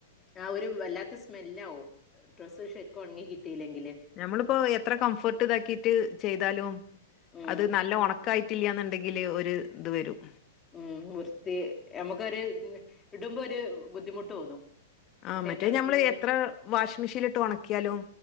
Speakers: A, on the left (about 15°); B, on the left (about 35°).
A: ആഹ് ഒര് വല്ലാത്ത സ്മെല്ലാവും ഡ്രസ്സ് ശര്ക്കും ഒൺങ്ങി കിട്ടീലെങ്കില്
B: നഞമ്മള്പ്പാെ എത്ര കംഫേട്ട് താക്കീട്ട് ചെയ്താലും
A: ഉം
B: അത് നല്ല ഒണ ക്കായ്ട്ടില്യാന്ണ്ടെങ്കില് ഒര് ഇത് വെരും ഉം
A: ഉം വൃത്തി ഞമ്മെക്കൊര് ഇട്മ്പാെര് ബുദ്ധിമുട്ട് തോന്നും
B: ആഹ്
A: കുട്ടികൾക്കാണെങ്കിലൊരു
B: മറ്റേത് ഞമ്മള് എത്ര വാഷ് മിഷീൻല്ട്ട് ഒണക്കിയാലും